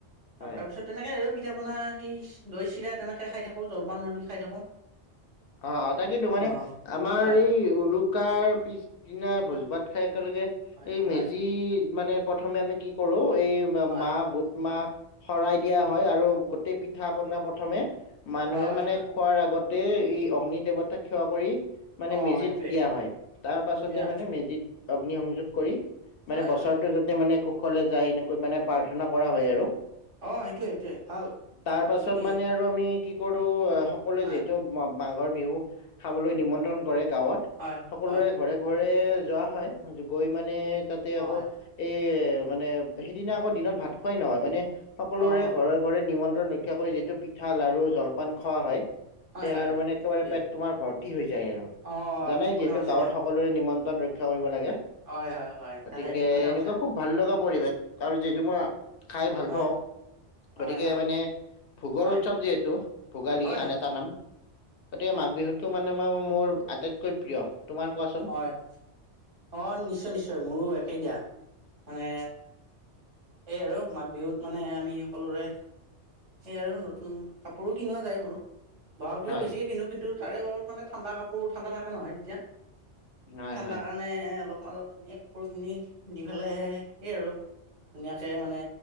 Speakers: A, on the left (about 60°); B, on the right (about 80°).
A: হয়
B: আৰু তাৰ পিছত তেনেকে আৰু পিঠা পনা সেই দৈ চিৰা তেনেকে খাই থাকো জলপান আদি খাই থাকো।
A: অ তাকেইটো মানে
B: অ
A: আমাৰ
B: হয়
A: এই উৰুকাৰ পিছদিনা ভোজ ভাত খাই একেলগে
B: হয়
A: এই মেজি
B: হয়
A: মানে প্ৰথমে আমি কি কৰো এই
B: হয়
A: মা বুট মাহ শৰাই দিয়া হয় আৰু গোটেই পিঠা পনা প্ৰথমে মানুহে
B: হয়
A: মানে
B: হয়
A: খোৱাৰ আগত তেই এই অগ্নি দেৱতাক সেৱা কৰি মানে
B: অ
A: মেজিত
B: সেইটোৱে
A: দিয়া হয় তাৰ পাছতে
B: বিয়া
A: মানে মেজিত অগ্নি সংযোগ কৰি মানে
B: হয়
A: বছৰটো
B: হয় হয়
A: যাতে মানে কুশলে যায় এনেকৈ মানে প্ৰাৰ্থনা কৰা হয় আৰু
B: অ সেইটোৱে সেইটোৱে ভাল
A: তাৰ পাছত
B: এ
A: মানে আৰু আমি কি কৰো সকলোৱে
B: হয়,
A: যিহেতু মাঘৰ বিহু খাবলৈ নিমন্ত্ৰণ কৰে গাঁৱত
B: হয়,
A: সকলোৰে
B: হয়,
A: ঘৰে ঘৰে যোৱা হয় গৈ মানে তাতে
B: হয়,
A: আকৌ এই মানে সেইদিনা আকৌ দিনত ভাত খোৱাই নহয় মানে সকলোৰে
B: অ', হয়,
A: ঘৰে ঘৰে নিমন্ত্ৰণ ৰক্ষ ৰক্ষা কৰি যিটো পিঠা, লাৰু, জলপান খোৱা হয়
B: হয়
A: সেয়া
B: হয়
A: আৰু
B: হয়
A: মানে একেবাৰে
B: ঠিকেই।
A: পেট তোমাৰ ভৰ্তি হৈ যায় আৰু
B: অ',
A: জানাই
B: ঠিক কথা
A: যিহেতু
B: কৈছা
A: গাঁৱত
B: দিয়া,
A: সকলোৰে নিমন্ত্ৰণ ৰক্ষা কৰিব লাগে।
B: হয় হয় হয়
A: গতিকে
B: তাকে ঠিক কথা
A: এনেকুৱা
B: কৈছা,
A: খুব ভাল লগা পৰিৱেশ আৰু যিহেতু মই খাই ভাল
B: হয়,
A: পাওঁ
B: হয়,
A: গতিকে
B: হয়,
A: মানে ভোগৰ
B: হয়,
A: উৎসৱ যিহেতু ভোগালী
B: হয়,
A: আন এটা নাম গতিকে মাঘ বিহুতটো মানে মোৰ আটাইতকৈ প্ৰিয় তোমাৰ কোৱাচোন
B: হয় অ নিশ্চয় নিশ্চয় মোৰো একে দিয়া মানে এইয়াই আৰু মাঘ বিহুত মানে আমি সকলোৰে এই আৰু নতুন কাপোৰো কিনোৱা যায় মোৰ বহাগ বিহুত
A: হয়
B: বেছিকে কিনো কিন্তু কাৰে বাবত মানে ঠাণ্ডা কাপোৰ ঠাণ্ডা থাকে নহয় এতিয়া
A: হয়
B: ঠাণ্ডা
A: হয়
B: কাৰণে মানে অলপমান এনেই কাপোৰখিনি দি পেলাই সেই আৰু ধুনীয়াকে মানে